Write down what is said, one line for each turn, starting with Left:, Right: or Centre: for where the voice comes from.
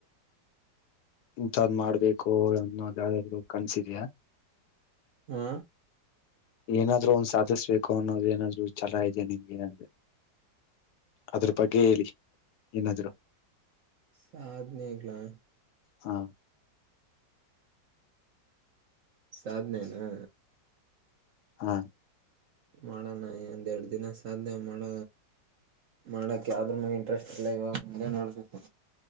Left: ಇಂಂತದಾದ್ ಮಾಡ್ಬೇಕು ಅನ್ನೋದ ಯಾವಾದ್ರು ಕನ್ಸರಿಿಯಾ
Right: ಹಾ
Left: ಏನಾದ್ರು ಒಂದ್ ಸಾಧಿಸ್ಬೇಕು ಅನ್ನೋದ ಏನಾದ್ರು ಛಲ ಇದೆ ನಿಮ್ಗೆ ಏನಾದ್ರೆ ಅದ್ರ ಬಗ್ಗೆ ಹೇಳಿ ಏನಾದ್ರುೂ
Right: ಸಾಧನಗ್ಲಾ
Left: ಹಾ
Right: ಸಾಧನೆನಾ
Left: ಹಾ
Right: ಮಾಡೋಣ ಇಂದೆರಡ್ ದಿನ ಸಾಧ್ಯ ಮಾಡ ಮಾಡಕ್ ಯಾವ್ರ ಮ ಇಂಟ್ರೆಸ್ಟ್ ಇಲ್ಲ ಇವಾಗ ಮುಂದೆ ನೋಡ್ಬೇಕು